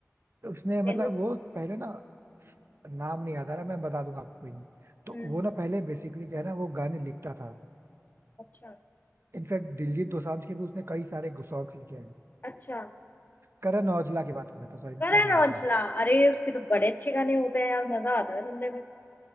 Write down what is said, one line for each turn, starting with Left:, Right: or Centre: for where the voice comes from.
Right: उसने मतलब
Left: मेनू
Right: वो पहले ना नाम नहीं याद आ रहा मैं बता दूंगा आपको कोई नहीं तो
Left: हम्म
Right: वो ना पहले बेसिकली क्या है ना वो गाने लिखता था
Left: अच्छा
Right: इनफैक्ट दिलजीत दोसांझ के भी उसने कई सारे सॉन्ग्स लिखे हैं
Left: अच्छा
Right: करण औजला की बात कर रहा था सॉरी मैं
Left: करण
Right: करण
Left: औजला
Right: औजला
Left: अरे उसके तो बड़े अच्छे गाने होते हैं यार मजा आता है सुनने में